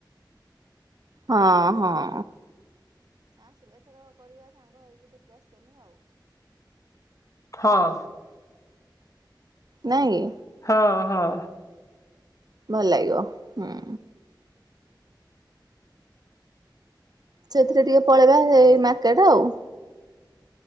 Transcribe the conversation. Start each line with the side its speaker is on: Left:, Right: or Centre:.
Right: ହଁ ହଁ।
Left: ହଁ।
Right: ନାଇଁ।
Left: ହଁ ହଁ।
Right: ଭଲ ଲାଗିବ। ହୁଁ। ସେଥିରେ ଟିକେ ପଳେଇବା ହେଇ ମାର୍କେଟ ଆଉ।